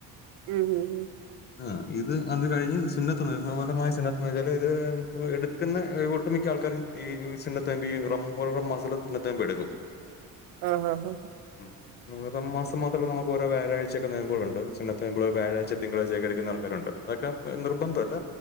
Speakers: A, on the right; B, on the left.
A: ഉം ഉം ഉം
B: ആഹ് ഇത് അത് കഴിഞ്ഞ് സുന്നത്ത് നൊയമ്പ് <unintelligible> സുന്നത്ത് ന്ന് വെച്ചാല് ഇത് എടുക്കുന്ന ഒട്ടുമിക്ക ആൾക്കാരും ഈ സുന്നത്തൊയമ്പ് ഈ റം പോലുള്ള മാസത്തില് സുന്നത്തൊയമ്പെടുക്കും
A: ആഹ് ഹ ഹ
B: ഉം മുഹറം മാസം മാത്രമല്ല നമ്മക്ക് ഓരോ വ്യഴാഴ്ചയൊക്കെ നൊയമ്പള്ണ്ട് സുന്നത്ത് നൊയമ്പ് വ്യാഴാഴ് ട്ട് തിങ്കളാഴ്ചക്കെ എടുക്കുന്ന ആൾക്കാരുണ്ട് തൊക്കെ നിർബന്ധല്ല